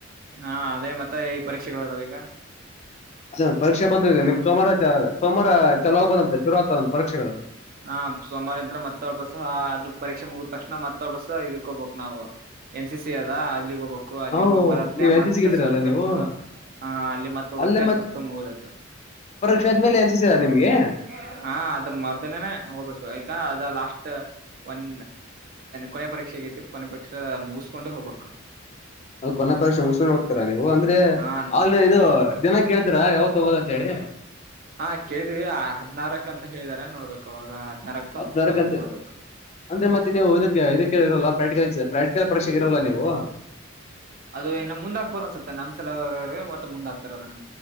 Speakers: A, on the right; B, on the left.
A: ಹಾ ಅದೇ ಮತ್ತೆ ಈ ಪರೀಕ್ಷೆಗಳುದಾವ ಈಗ
B: ಅ ಪರೀ ಬಂದ್ ನಿಮ್ ಸೋಮವಾರ ಸೋಮವಾರ ಚಲ ಹೋಗ ಬಂತೆಂತ ಶುರು ಆಗ್ತದ ಒ್ ಪರೀಕ್ಷೆಗಳು
A: ಹಾ ಸೋಮವಾರ ಅಂತ್ರ ಮತ್ತೊ ಒಳ್ಬಸ ಅದ ಪರೀಕ್ಷೆ ಮುಗಿದ ತಕ್ಷಣ ಮತ್ತೊಳ್ಬಸ ಇದಕ್ ಹೋಗ್ಬೇಕಕ್ ನಾವು ಎನ್ ಸಿ ಸಿ ಅದ ಅಲ್ಲಿಗೆ ಹೋಗ್ಬೇಕು ಅಲ್ಲಿಗೆ
B: ನಾವು
A: ಹೋಗ ಬರತ್ಲ
B: ನೀವ್ ಎನ್
A: ಮತ್
B: ಸಿ ಸಿಗಿದ್ರಲ್ಲ
A: ಸುಸ್ತ್
B: ನೀವು
A: ಫುಲ್ ಹಾ ಅಲ್ಲಿ ಮತ್ ಹೋಗತ್
B: ಅಲ್ಲೇ ಮತ್ತೆ
A: ಸುಸ್ತು ಮುಗುದತ್ತುು
B: ಪರೀಕ್ಷೆ ಆದ್ಮೇಲೆ ಎನ್ ಸಿ ಸಿಗ ನಿಮ್ಗೆ
A: <inaudible> ಹಾ ಅದನ್ ಮಾರತ್ ಅದೇನೆ ಹೋಗ್ಬೇಕು ಯಕ ಅದ ಲಾಸ್ಟ್ ಒನ್ ಕೊನೆ ಪರೀಕ್ಷೆ ಆಗೈತಿ ಕೊನೆ ಪರೀಕ್ಷೆ ಮುಗಿಸ್ಕೊಂಡೆ ಹೋಗ್ಬೇಕು
B: ಕೊನೆ ಪರೀಕ್ಷೆ ಮುಗಸ್ಕೊಂಡೆ ಹೋಗತೀರಾ ನೀವು ಅಂದ್ರೆ
A: ಹಾ
B: ಆಲ್ ಇದು ಜನ ಕೇಳಿದ್ರ ಯಾವತ್ ಹೊಗೋದ ಅಂತ ಹೇಳಿ ಟಿ <inaudible>
A: ಹಾ ಕೇಳ್ದವಿ ಹದ್ನಾರಕ ಅಂತ ಹೇಳಿದಾರ ನೋಡ್ಬೇಕು ಅವಾಗ ಹದ್ನಾರಕ್ತ್
B: ಹದ್ನಾರ ಗಂಟೆ
A: ನೋಡ್ಬೇಕು
B: ಅಂದ್ರೆ ಮತ್ತೆ ನೀವು ಇದಕ್ಕೆ ಇದಕ್ಕೆ ಇರಲ್ಲ ಪ್ರಾಟಿಕ ಪ್ರಾಕ್ಟಿಕಲ್ ಪರಕ್ಷೆಗೆ ಇರಲ್ಲಾ ನೀವು
A: ಅದು ಏನ ಮುಂದ ಹಾಕ್ಬೋದ ಅನ್ಸುತ್ತೆ ನಮ್ಸಲ ಒಟ್ಟು ಮುಂದ ಹಾಕ್ತಾರ ಅದನ್ನ